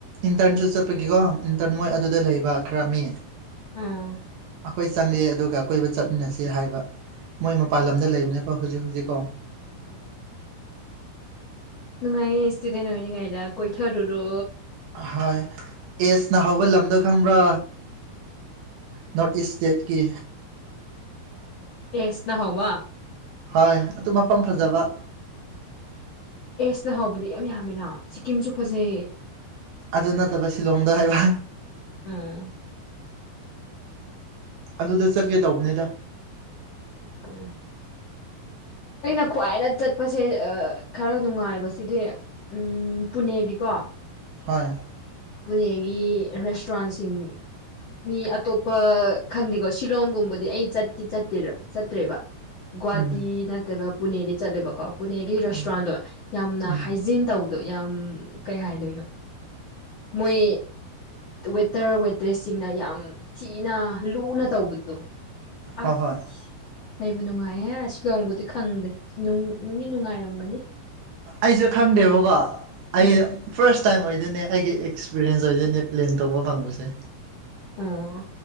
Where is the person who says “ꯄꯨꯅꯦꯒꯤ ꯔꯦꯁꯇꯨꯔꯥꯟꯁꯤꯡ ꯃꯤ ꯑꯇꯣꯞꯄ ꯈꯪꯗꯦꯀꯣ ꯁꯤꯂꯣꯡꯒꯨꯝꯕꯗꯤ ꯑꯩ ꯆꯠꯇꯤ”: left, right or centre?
Left